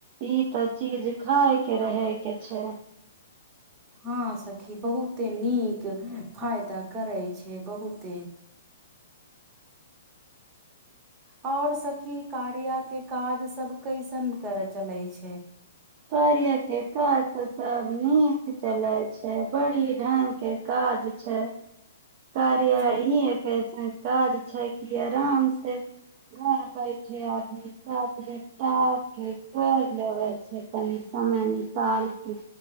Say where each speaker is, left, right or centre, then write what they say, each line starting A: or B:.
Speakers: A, on the right; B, on the right.
A: ई तऽ चीज खाइ के रहै के छै
B: हँ सखी बहुते नीक फायदा करै छै बहुते आओर सखी कार्या के काज सब कैसन करै चलै छै
A: कार्या के काज तऽ सभ नीक चलै छै बड़ी ढंग के काज छै कार्या
B: सब
A: इ ए के काज छै की आराम से घर बैठे आदमी काज लेटा के कर लेबै छै कनि समय नि- -काल के